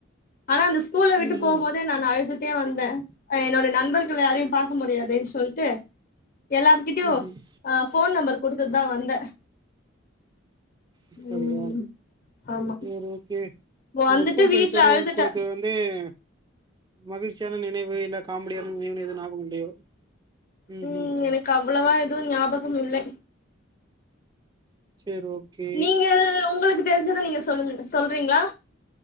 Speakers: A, on the left; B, on the right.
A: ஆனா அந்த ஸ்கூல்ல விட்டு
B: ம்
A: போம்
B: ம்
A: போதே நா அழுதுட்டே வந்தே அ என்னோட நண்பர்கள் யாரையும் பாக்க முடியாதேன்னு சொல்டே எல்லார்கிட்டயு
B: ம் ம்
A: அஹா ஃபோன் நம்பர் குடுத்துட்டு தா வந்தே
B: அப்படியா
A: ம் ஆமா
B: சேரி ஓகே
A: வந்துட்டு
B: உங்க ஸ்கூல் ஃரெண்ட்ஸோட
A: வீட்ல அழுதுட்டே
B: உங்களுக்கு வந்து எ மகிழ்ச்சியான நினைவு இல்ல காமெடியான நினைவு எதும் ஞாகம் இல்லையோ ம்
A: உம்
B: ம் ம்
A: எனக்கு அவ்வளவா எதும் ஞாபகம் இல்ல
B: சேரி ஓகே
A: நீங்க உங்களுக்கு தெரிஞ்சத நீங்க சொல்லுங்க சொல்றீங்களா?